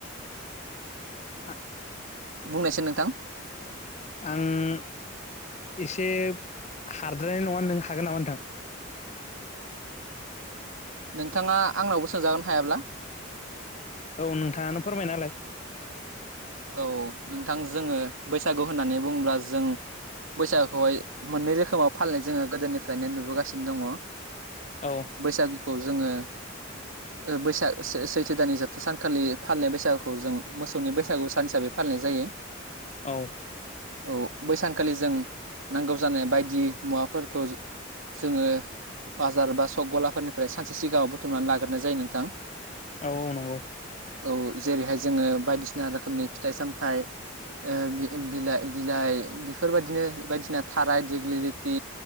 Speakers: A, on the left; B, on the right.
A: आ
B: बुंनायसै नोंथां
A: आं एसे हारद्रायनाय नङा नों हागोन नामा नोंथां?
B: नोंथाङा आंनावबो सोंजागोन हायाब्ला
A: औ नोंथाङानो फोरमायना होलाय
B: औ नोंथां जोङो बैसागु होननानै बुंङोब्ला जों बैसागुखौहाय मोननै रोखोमाव फालिनाय जोङो गोदोनिफ्रायनो नुबोगासिनो दङ।
A: औ
B: बैसागोखौ जोङो बैसाग से सैथि दाननि जोबथा सानखालि फालिनाय बैसागुखौ जों मोसौनि बैसागु सान हिसाबै फालिनाय जायो।
A: औ
B: औ बै सानखालि जों नांगौ जानाय बायदि मुवाफोरखौ जोङो बाजार बा सक गलाफोरनिफ्राय सानसे सिगाङाव बुथुमनानै लाग्रोनाय जायो नोंथां।
A: औ नंगौ
B: औ जेरैहाय जोङो बायदिसिना रोखोमनि फिथाइ सामथाइ ओ बि बिलाइ बिलाइ बेफोरबायदिनो बायदिसिना थाराय देग्लिलिटि